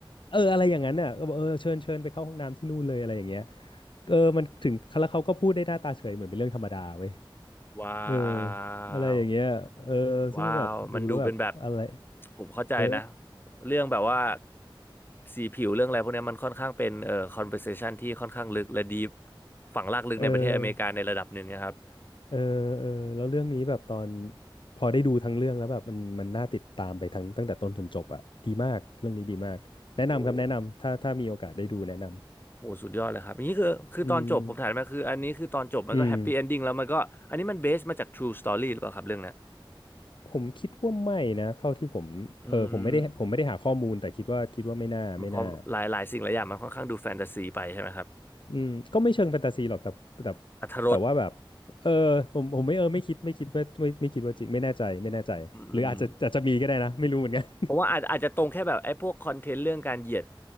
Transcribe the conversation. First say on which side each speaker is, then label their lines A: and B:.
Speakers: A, on the left; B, on the left.
A: เอออะไรอย่างนั้นน่ะก็บอกเออเชิญเชิญไปเข้าห้องน้ำที่นู่นเลยอะไรอย่างเงี้ยเออมันถึงแล้วเขาก็พูดได้หน้าตาเฉยเหมือนเป็นเรื่องธรรมดาเว้ย
B: ว้า
A: เออ
B: ว
A: อะไรอย่างเงี้ยเออซึ่งมันแบบดูแล้วแบบอะไร
B: ว้าวมันดูเป็นแบบผมเข้าใจนะ
A: เออ
B: เรื่องแบบว่าสีผิวเรื่องอะไรพวกเนี้ยมันค่อนข้างเป็นเอ่อ conversation ที่ค่อนข้างลึกและดีฝังรากลึกในประเทศอเมริกาในระดับหนึ่งนะครับ
A: เออ เออเออแล้วเรื่องนี้แบบตอนพอได้ดูทั้งเรื่องแล้วแบบมันมันน่าติดตามไปทั้งตั้งแต่ต้นจนจบอ่ะดีมากเรื่องนี้ดีมากแนะนำครับแนะนำถ้าถ้ามีโอกาสได้ดูแนะน
B: โอ้โหสุดยอดเลยครับนี่คือคือตอนจบผมถามมาคืออันนี้คือตอนจบมันก็แฮปปี้เอนดิ้งแล้วมันก็อันนี้มันเบสมาจาก
A: ำอืมอืม
B: True Story หรือเปล่าครับเรื่องเนี้ย
A: ผมคิดว่าไม่นะเท่าที่ผมเออผมไม่ได้ผมไม่ได้หาข้อมูลแต่คิดว่าคิดว่าไม่น่าไม่น่า
B: อืมเพราะหลายหลายสิ่งหลายอย่างมันค่อนข้างดูแฟนตาซีไปใช่ไหมครับ
A: อืมก็ไม่เชิงแฟนตาซีหรอกแต่แต่
B: อรรถรส
A: แต่ว่าแบบเออผมผมไม่เออไม่คิดไม่คิดว่าไม่ไม่คิดว่าจริงไม่แน่ใจไม่แน่ใจหรืออาจจะอาจจะมีก็ได้นะไม่รู้เหมือนกัน
B: อืม ผมว่าอาจอาจจะตรงแค่แบบไอ้พวกคอนเทนต์เรื่องการเหยียด
A: <laughs>